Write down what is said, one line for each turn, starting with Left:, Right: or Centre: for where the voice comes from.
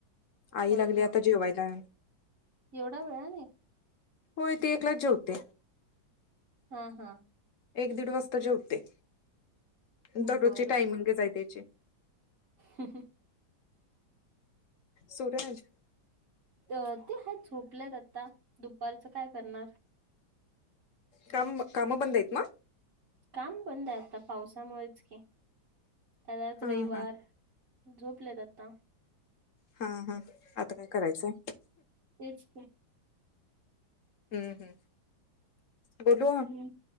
Left: आई
Right: हा
Left: लागली
Right: हा
Left: आता जेवायला.
Right: एवढा वेळाने
Left: होय ती एकलाच जेवते.
Right: हा. हा.
Left: एक दीड वाजता जेवते. दररोजची
Right: बरं
Left: टायमिंगच
Right: बर.
Left: आहे त्याची
Right: हम् ह
Left: सुरज
Right: अ ते आहे झोपलेत आता दुपारचं काय करणार.
Left: काम कामं बंद आहेत ना?
Right: काम बंद आहे आता पावसामुळेच की. त्यात आज
Left: हा
Right: रविवार
Left: हा
Right: झोपलेत आता.
Left: हा हा आता काय करायचंय.
Right: तेच की
Left: हम्म हम्म गोलू
Right: हम्म